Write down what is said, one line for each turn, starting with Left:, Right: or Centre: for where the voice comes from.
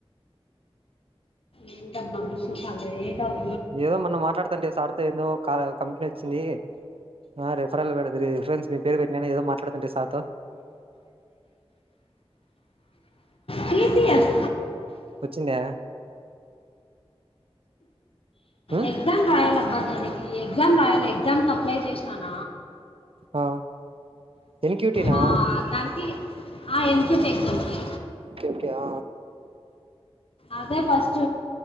Left: ఏంటబ్బా విశేషాలు ఏ టాప్
Right: ఏదో మొన్న మాట్లాడుతాంటివి సార్తో ఏందో కాల్ కంపెనీ వచ్చింది ఆ రిఫరల్ గాదు రిఫరెన్స్ మీ పేరు పెట్టినా అనేదో మాట్లాడుతుంటివి సార్తో
Left: టీ సీ ఎస్
Right: వచ్చిందా ఉమ్
Left: ఎగ్జామ్ రాయాలి అబ్బ దానికి ఎగ్జామ్ రాయాలి ఎగ్జామ్ త అప్లై చేసినాన
Right: ఆ ఎన్ క్యూ టీ నా
Left: ఆ, దానికి ఆ ఎన్ క్యూ టీ ఎగ్జామ్ కి
Right: ఒకే ఒకే ఆ
Left: అదే ఫస్ట్,